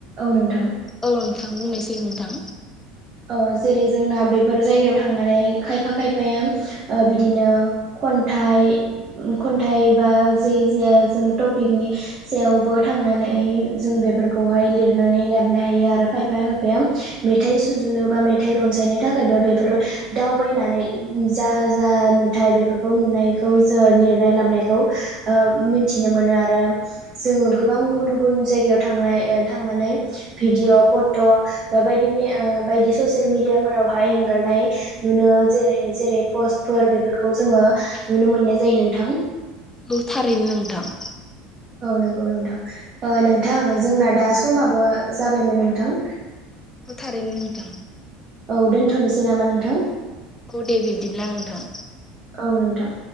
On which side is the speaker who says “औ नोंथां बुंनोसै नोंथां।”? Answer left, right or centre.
Left